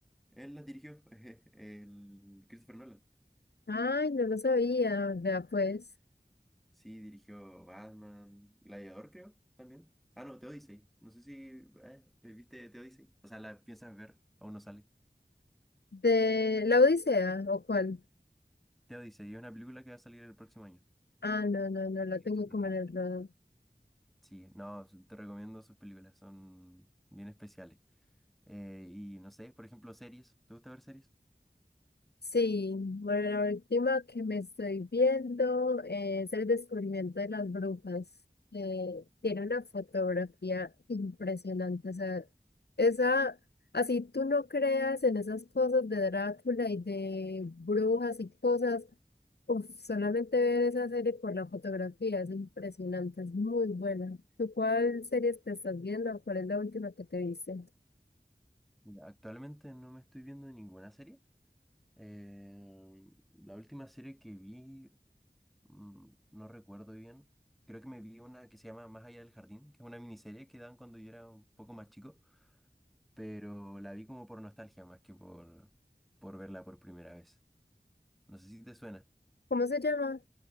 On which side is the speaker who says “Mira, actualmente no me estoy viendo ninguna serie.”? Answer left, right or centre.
Centre